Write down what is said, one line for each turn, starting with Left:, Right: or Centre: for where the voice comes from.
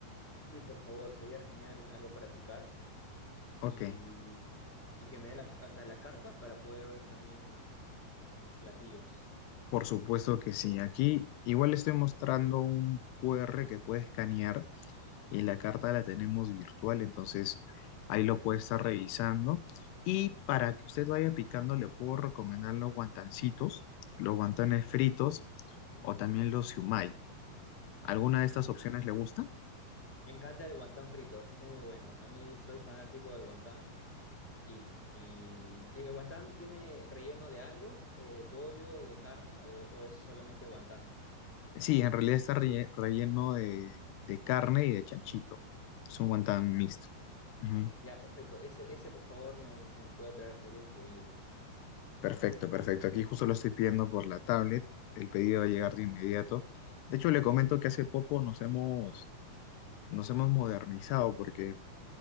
Centre: Y por favor, sería genial algo para picar
Left: Ok,
Centre: y, y que me dé la, o sea, la carta para poder ver también los platillos.
Left: por supuesto que sí. Aquí igual le estoy mostrando un QR que puede escanear y la carta la tenemos virtual, entonces ahí lo puede estar revisando. Y para que usted vaya picando, le puedo recomendar los guantancitos, los guantanes fritos o también los siumai. ¿Alguna
Centre: Ajá.
Left: de estas opciones le gusta?
Centre: Me encanta el guantán frito, es muy bueno. A mí soy fanático del guantán. Y, y, y el guantán tiene relleno de algo, eh, de pollo, de carne, o, o es solamente guantán.
Left: Sí, en realidad está relle- relleno de, de carne y de chanchito. Es un guantán mixto. Ujú.
Centre: Ya, perfecto. Ese, ese, por favor, me, si me puede traer, sería increíble.
Left: Perfecto, perfecto. Aquí justo lo estoy pidiendo por la tablet. El pedido va a llegar de inmediato. De hecho, le comento que hace poco nos hemos, nos hemos modernizado porque